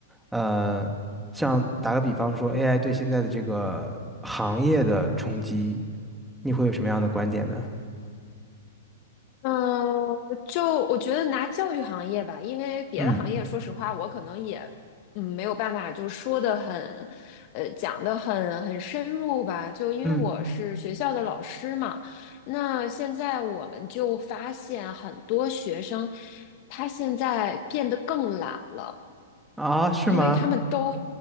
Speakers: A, in the centre; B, on the left (about 45°).
A: 呃，像打个比方说 AI 对现在的这个行业的冲击，你会有什么样的观点呢？
B: 嗯，呃就我觉得拿教育行业吧，因为别的行业，
A: 嗯
B: 说实话，我可能也嗯没有办法就说的很，呃，讲的很很深入吧。就因为我是学校的老师嘛，
A: 嗯，
B: 那现在我们就发现很多学生，他现在变得更懒了。
A: 啊，是吗？
B: 因为他们都